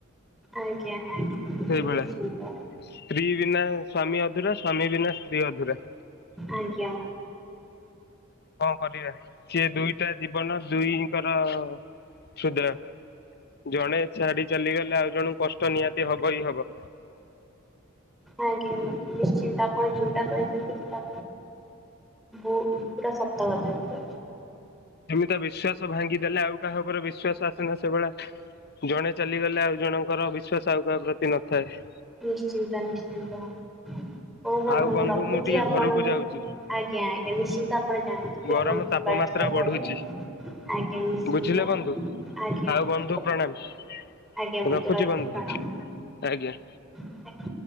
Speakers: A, in the centre; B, on the left (about 50°).
A: ଆଜ୍ଞା ଆଜ୍ଞା।
B: ସେଇଭଳିଆ
A: ନିଶ୍ଚିନ୍ତ
B: ସ୍ତ୍ରୀ ବିନା ସ୍ଵାମୀ ଅଧୁରା ସ୍ଵାମୀ ବିନା ସ୍ତ୍ରୀ ଅଧୁରା।
A: ଆଜ୍ଞା।
B: କଣ କରିବା ସିଏ ଦୁଇଟା ଜୀବନ ଦୁଇଙ୍କର। ସୁଦ୍ରା ଜଣେ ଛାଡି ଚାଲିଗଲେ ଆଉ ଜଣକୁ କଷ୍ଟ ନିହାତି ହବ ହି ହବ।
A: ଆଜ୍ଞା ବନ୍ଧୁ ନିଶ୍ଚିନ୍ତ ଆପଣ ଯୋଉଟା କହିଛନ୍ତି ସେଇଟା ବହୁ ପୁରା ସତ କଥା ହେଇଯାଉଛି।
B: ଏମିତିଆ ବିଶ୍ଵାସ ଭାଙ୍ଗିଦେଲେ ଆଉ କାହା ଉପରେ ବିଶ୍ଵାସ ଆସେନା ସେଭଳିଆ। ଜଣେ ଚାଲିଗଲେ ଆଉ ଜଣଙ୍କର ବିଶ୍ଵାସ ଆଉ କାହା ପ୍ରତି ନଥାଏ।
A: ନିଶ୍ଚିନ୍ତ ନିଶ୍ଚିନ୍ତ ହୋଉ ବନ୍ଧୁ
B: ଆଉ
A: ମୁଁ ରଖୁଛି
B: ଟିକେ
A: ଆପଣଙ୍କୁ।
B: ଘରକୁ ଯାଉଛି
A: ଆଜ୍ଞା ଆଜ୍ଞା ନିଶ୍ଚିନ୍ତ ଆପଣ ଜାଣନ୍ତୁ
B: ଗରମ
A: ଆପଣ
B: ତାପମାତ୍ରା
A: ଯିବାର ଥିଲା। କୁଡେ
B: ବଢୁଛି
A: ଆଜ୍ଞା ନିଶ୍ଚିନ୍ତ
B: ବୁଝିଲେ ବନ୍ଧୁ
A: ଆଜ୍ଞା।
B: ଆଉ
A: ଆଜ୍ଞା।
B: ବନ୍ଧୁ ପ୍ରଣାମ
A: ଆଜ୍ଞା
B: ରଖୁଛି
A: ରହିଲି
B: ବନ୍ଧୁ
A: ପ୍ରଣାମ
B: ଆଜ୍ଞା।
A: ଆଜ୍ଞା।